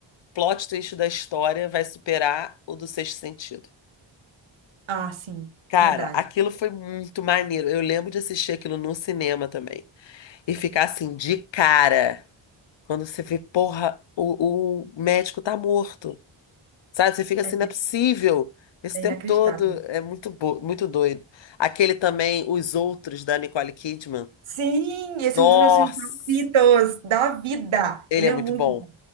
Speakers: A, on the left; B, on the right.
A: plot twist da história vai superar o do Sexto Sentido.
B: Ah, sim,
A: Cara,
B: verdade.
A: aquilo foi muito maneiro. Eu lembro de assistir aquilo no cinema também. E ficar assim, de cara. Quando você vê, porra, o, o médico tá morto. Sabe? Você fica
B: É,
A: assim, não é possível. Esse
B: é
A: tempo
B: inacreditável.
A: todo é muito, bo- muito doido. Aquele também, Os Outros, da Nicole Kidman.
B: Sim, esse
A: Nossa!
B: é um dos meus filmes favoritos da vida.
A: Ele
B: Ele
A: é
B: é
A: muito
B: muito,
A: bom.